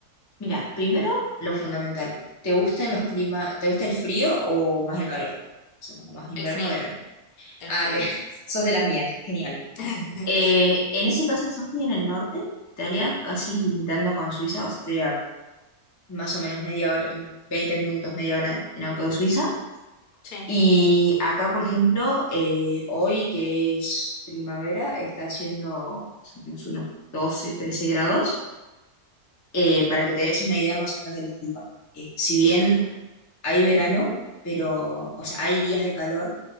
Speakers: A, on the left; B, on the left.
A: Mira, primero lo fundamental. ¿Te gustan los climas? ¿Te gusta el frío o más el calor? O sea, como más invierno
B: El frío,
A: o verano.
B: el
A: Ah,
B: frío.
A: bien. <laughs> Sos de las mías. Genial.
B: <laughs>
A: Eh, en ese caso, yo estoy en el norte de Italia, casi limitando con Suiza. O sea, estoy a más o menos media hora, 20 minutos, media hora en auto de Suiza.
B: Sí,
A: Y acá, por ejemplo, eh, hoy que es primavera, está haciendo más o menos unos 12 13 grados, eh, para que te des
B: Qué lindo.
A: una idea más o menos del clima. Eh, si bien
B: qué lindo.
A: hay verano, pero, o sea, hay días de calor,